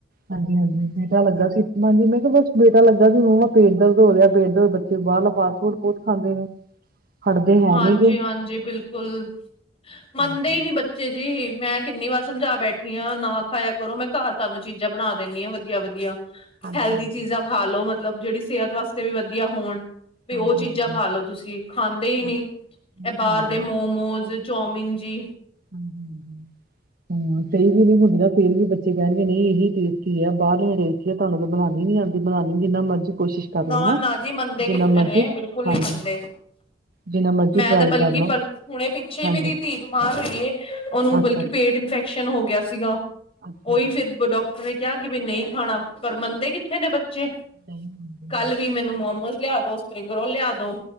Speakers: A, on the right; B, on the left.
A: ਹਾਂਜੀ ਹਾਂਜੀ, ਬੇਟਾ ਲੱਗਾ ਸੀ। ਹਾਂਜੀ, ਮੈਂ ਕਿਹਾ ਬਸ ਬੇਟਾ ਲੱਗਾ ਵੀ ਮੰਮਾ ਪੇਟ ਦਰਦ ਹੋ ਰਿਹਾ, ਪੇਟ ਦਰਦ। ਬੱਚੇ ਬਾਰਲਾ ਫਾਸਟ-ਫੂਡ ਬਹੁਤ ਖਾਂਦੇ ਨੇ। ਹੜਦੇ ਹੈ
B: ਹਾਂਜੀ
A: ਨੀ ਗੇ।
B: ਹਾਂਜੀ ਬਿਲਕੁਲ, ਮੰਨਦੇ
A: ਹਾਂਜੀ
B: ਹੀ ਨੀ ਬੱਚੇ ਜੀ ਮੈਂ। ਕਿੰਨੀ ਵਾਰ ਸਮਝਾ ਬੈਠੀ ਆ ਨਾ ਖਾਇਆ ਕਰੋ ਮੈਂ ਘਰ ਤਾਨੂੰ ਚੀਜ਼ਾਂ ਬਣਾ ਦਿੰਨੀ ਆ ਵਧੀਆ ਵਧੀਆ।
A: ਹਾਂਜੀ
B: ਹੈਲਦੀ
A: ਹਾਂਜੀ
B: ਚੀਜ਼ਾਂ ਖਾ ਲੋ ਮਤਲਬ ਜਿਹੜੀ ਸਿਹਤ ਵਾਸਤੇ ਵੀ ਵਧੀਆ ਹੋਣ। ਵੀ
A: ਹਾਂਜੀ
B: ਉਹ ਚੀਜ਼ਾਂ
A: ਹਾਂਜੀ।
B: ਖਾ ਲੋੋ ਤੁਸੀਂ ਖਾਂਦੇ ਹੀ
A: ਉਹ
B: ਨਹੀਂ ਇਹ ਬਾਹਰ
A: ਖਾਂਦੇ
B: ਦੇ ਮੋ। ਮੋਮੋਸ ਚੌਮਨ ਜੀ।
A: ਹਮ! ਕਈ ਵੀ ਨੀ ਹੁੰਦੀ ਨਾ ਫੇਰ ਵੀ ਬੱਚੇ ਕਹਿਣਗੇ ਨਹੀਂ ਇਹੀ ਟੇਸਟੀ ਆ ਬਾਹਰਲੇ ਟੇਸਟੀ ਤੁਹਾਨੂੰ ਬਣਾਉਣੀ ਨੀ ਆਉਂਦੀ। ਬਣਾਣੀ ਜਿੰਨਾ ਮਰਜੀ ਕੋਸ਼ਿਸ਼ ਕਰ
B: ਨਾ
A: ਲੋ ਹਨਾ
B: ਨਾ ਜੀ ਮੰਨਦੇ
A: ਜਿੰਨਾ
B: ਕਿੱਥੇ
A: ਮਰਜੀ
B: ਨੇ
A: ਹਾਂਜੀ।
B: ਬਿਲਕੁਲ ਨਹੀਂ ਮੰਨਦੇ
A: ਜਿੰਨਾ ਮਰਜ਼ੀ
B: ਮੈਂ
A: ਟਰਾਈ
B: ਤਾਂ ਬਲਕਿ
A: ਕਰ ਲੋ
B: ਬਲ ਹੁਣੇ ਪਿੱਛੇ ਹੀ
A: ਹਾਂਜੀ
B: ਮੇਰੀ ਧੀ। ਬਿਮਾਰ ਹੋਈਏ ਉਹਨੂੰ
A: ਅੱਛਾ
B: ਬਲਕਿ
A: ਜੀ
B: ਪੇਟ ਇਨਫੈਕਸ਼ਨ ਹੋ ਗਿਆ ਸੀਗਾ
A: ਅੱਛਾ ਜੀ
B: ਉਹੀ ਫਿਰ ਡਾਕ। ਡਾਟਰ ਨੇ ਕਿਹਾ ਕਿ ਵੀ ਨਹੀਂ ਖਾਣਾ ਪਰ ਮੰਨਦੇ ਕਿੱਥੇ ਨੇ ਬੱਚੇ।
A: ਨਹੀਂ ਹੁੰਦੇ
B: ਕੱਲ ਵੀ ਮੈਨੂੰ ਮੋਮੋਸ ਲਿਆ ਦੋ ਸਪਰਿੰਗ ਰੋਲ ਲਿਆ ਦੋ।